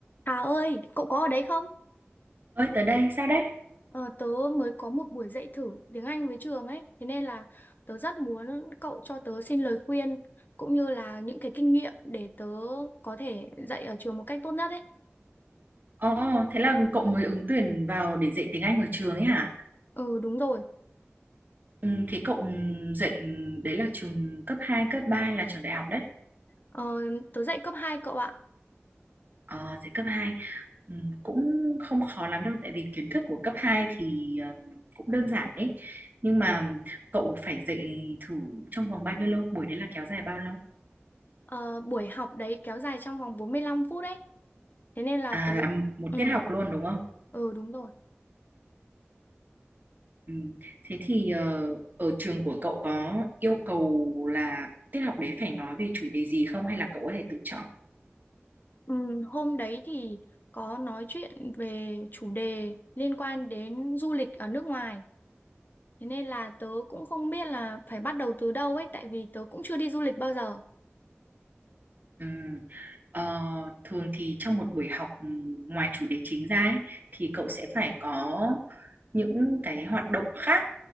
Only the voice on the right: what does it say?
Ơi tới đây sao đấy?
Ồ, thế là cậu mới ứng tuyển vào để dạy tiếng Anh ở trường ấy hả?
Ừ, thế cậu dạy đấy là trường cấp 2 cấp 3 hay là trường đại học đấy.
Ờ, dạy cấp hai Ừ, cũng không khó lắm đâu tại vì kiến thức của cấp 2 thì ừm, cũng đơn giản đấy. Nhưng mà cậu phải dạy thử trong vòng bao nhiêu lâu? Buổi đấy là kéo dài bao lâu?
À,
là
một
tiết học luôn đúng không?
Ừ. Thế thì ờ, ở trường của cậu có yêu cầu là tiết học đấy phải nói về chủ đề gì không hay là cậu có thể tự chọn?
Ừ. Ờ, thường thì trong một buổi học ừ, ngoài chủ đề chính ra ấy, thì cậu sẽ phải có những cái hoạt động khác